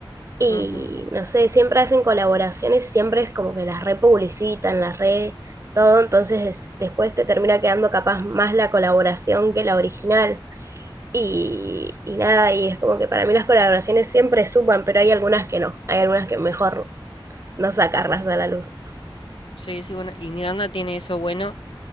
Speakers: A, on the right; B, on the left.
A: y
B: Ujú.
A: no sé, siempre hacen colaboraciones, siempre es como que las republicitan, las re todo, entonces es- después te termina quedando capaz más la colaboración que la original. Y, y nada, y es como que para mí las colaboraciones siempre suman, pero hay algunas que no, hay algunas que mejor no sacarlas a la luz.
B: Sí, sí, bueno. Y Miranda tiene eso bueno,